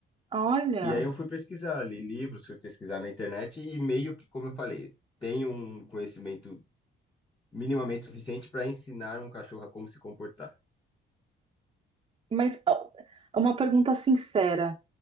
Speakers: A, on the right; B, on the left.
A: Olha,
B: E aí eu fui pesquisar, li livros, fui pesquisar na internet e meio que, como eu falei, tenho um conhecimento minimamente suficiente para ensinar um cachorro a como se comportar.
A: mas ó, uma pergunta sincera.